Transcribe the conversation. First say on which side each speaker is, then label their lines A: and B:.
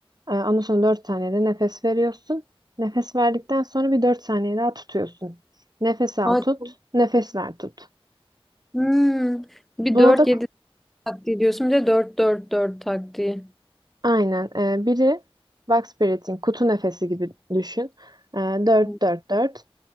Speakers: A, on the right; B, in the centre.
A: ee, Ondan sonra 4 saniyede nefes veriyorsun. Nefes verdikten sonra bir 4 saniye daha tutuyorsun. Nefes al
B: Aa,
A: tut, nefes ver tut.
B: hmm. Bir
A: Buna
B: dört
A: da
B: yedi taktiği diyorsun bir de dört dört 4 taktiği.
A: aynen e, biri box breathing, kutu nefesi gibi düşün. E, Dört
B: Hı
A: 4 4,